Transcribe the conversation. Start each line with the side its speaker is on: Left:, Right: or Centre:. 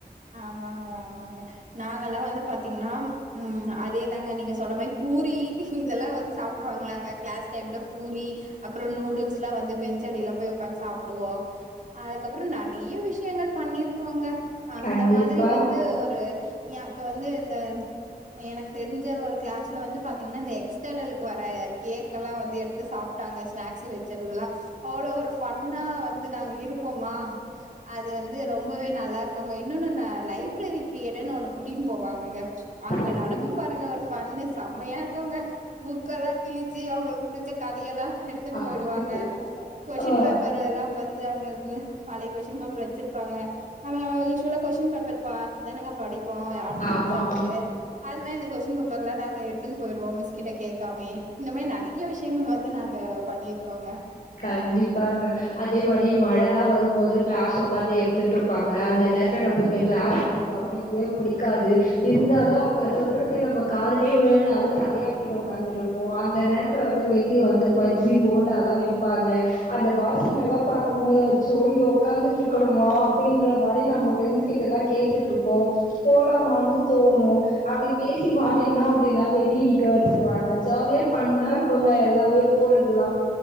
Right: ஆமாங்க ஆமாங்க நாங்கலா வந்து பாத்தீங்ன்னா உம் அதேதாங்க நீங்க சொன்ன மாரி பூரி இதெல்லா வந்து சாப்டுவாங்கலாங்க கிளாஸ் டைம்ல பூரி அப்பறொ நூடுல்ஸ்ல்லா வந்து பெஞ்சடிலாம் போய் உக்காந்து சாப்புடுவோ அதுக்கப்பறம் நெறைய விஷயங்கள் பண்ணிருக்கோங்க அந்த
Left: கண்டிப்பா.
Right: மாதிரி வந்து ஒரு எ இப்ப வந்து இந்த எனக்கு தெரிஞ்ச ஒரு கிளாஸ்ல வந்து பாத்தீங்ன்னா இந்த எக்ஸ்டர்னலுக்கு வர கேக்கெல்லா வந்து எடுத்து சாப் ட்டாங்க ஸ்னாக்ஸ் வச்சதுலா அவ்வளோ ஒரு ஃபன்னா வந்து ந்து நாங்க இருப்போமா அது வந்து ரொம் ம்பவே நல்லாருக் குங்க இன்னோன்னு என்ன லைப்ரரி பிரியடுன்னு ஒன்னு கூட்டின் போவாங்கங்க அங்க
Left: சரி.
Right: நடக்கும் பாருங்க ஒரு ஃபன்னு செம்மையா இருக்குங்க புக்கெல்லா கிழிச் சி அவ்ங்ளுக்கு புடிச்ச கதையெல்லா எடுத்துன்னு
Left: அடுத்து
Right: போயிடுவாங்க கொஸின்
Left: ஆ
Right: பேப்பரெல்லா வந் து அங்க இருந்து பழைய கொஸ்டின் பேப்பர் வச்சிருப்பாங்க <unintelligible> யூஷ்வலா கொஸ்ன் பேப்பரு பாத்து தானங்க படிப் போ அடுத்த
Left: ஆமா.
Right: எக்ஸாமுக்கு அதுமே இந்த கொஸின் பேப்பருல நாங்க எடுத்துன் போய்டுவோ மிஸ் கிட்ட கேக் கமியே இந்த மாதிரி நிறைய விஷயங்கள் வந்து நாங்க பண்ணிருக்கோங்க
Left: கண்டிப்பாங்க அதே மாதிரி மழைலா வரும்போது கிளாஸ் உக்காந்து எடுத்துட்டு இருப்பாங்க அந்த நேரத்துல நம்மக்கு கிளாஸ் வந்து கவனிக்கவே புடிக்காது இருந்தாலு அவங்க சொல்றது நம்ம காதலயே விழலனாலு தலையாட்டிட்டு உகாந்துட்டு இருப்போம் அந்த நேரத்துல வந்து வெளிய வந்து பஜ்ஜி போண்டால்லாம் விப் இருப்பாங்க அந்த வாசனை எல்லாம் பாக்கும்போது அச்சோ இங்க உ்காந்துட்டு இருக்கணுமா அப்படின்ற மாதிரி நம்ம பிரண்ட்ஸ் கிட்ட எல்லாம் கேட்டுட்டு இருப்போம் போலாமானு தோணும் அப்படி பேசி மாட்டிக்கணு அப்படின்னா வெளியே நிக்க வச்சிருவாங்க ஜாலியா ஃபன்னா இருக் இருக்கங்க எல்லாமே போறதுல்லாம்